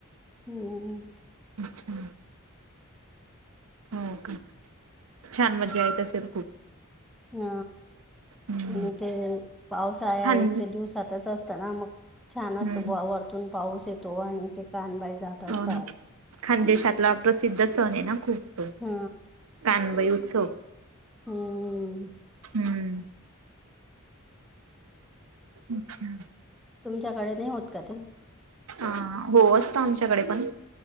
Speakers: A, in the centre; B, on the right (about 75°).
A: हम्म
B: अच्छा हो का, छान मजा येत असेल खूप?
A: हा
B: हम्म
A: आणि ते पावसाळ्याच्या
B: खान
A: दिवसातच असत ना मग छान असत
B: हम्म
A: बुवा, वरतून पाऊस येतो आणि ते कानबा जात असतात
B: हो ना, खानदेशातला प्रसिद्ध सण आहे ना खूप.
A: हा
B: कानुबाई उत्सव.
A: हम्म्म
B: हम् अच्छा.
A: तुमच्याकडे नाही होत का ते.
B: अ हो असतो आमच्याकडे पण